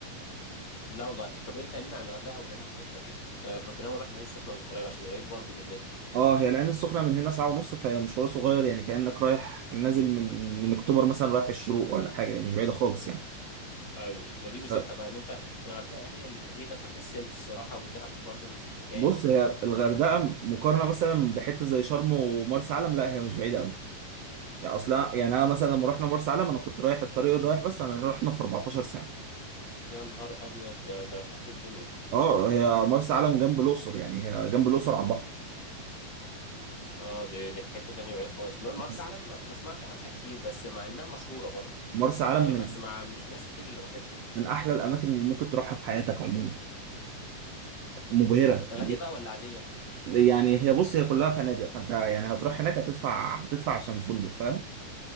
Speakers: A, on the left; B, on the right.
A: لا والله طب ايه كلمني عن الغردقه والعين السخنه كده آه، كنت ناوي اروح العين السخنه من قريب عشان قريب برضو مننا
B: اه هي العين السخنة من هنا ساعة ونص فهي مشوار صغير يعني كأنك رايح نازل من من أكتوبر مثلا رايح الشروق ولا حاجة يعني مش بعيدة خالص يعني
A: ايوه ما دي ميزتها
B: ف-
A: بقى ان انت الغردقه هي اللي بعيده فكسلت الصراحه والدهب برضو نفس الحكايه
B: بص هي الغردقة مقارنة مثلا بحتة زي شرم ومرسى علم لا هي مش بعيدة أوي يعني أصلا يعني أنا مثلا لما رحنا مرسى علم أنا كنت رايح الطريق الرايح بس أنا رحنا في 14 ساعة
A: يا نهار ابيض ده, ده في اخر الدنيا
B: اه هي مرسى علم جنب الاقصر يعني هي جنب الاقصر على البحر
A: اه دي دي حتة تانية بعيد خالص ما- مرسى
B: بس
A: علم ما ما اسمعش عنها كتير بس مع انها مشهورة برضو
B: مرسى علم
A: يعني
B: من
A: ما اسمع مش ناس كتير اللي راحتها
B: من احلى الاماكن اللي ممكن تروحها في حياتك عموما مبهره
A: غالية
B: بجد.
A: بقى ولا عادية؟
B: يعني هي بص هي كلها فنادق فانت يعني هتروح هناك هتدفع هتدفع عشان الفندق فاهم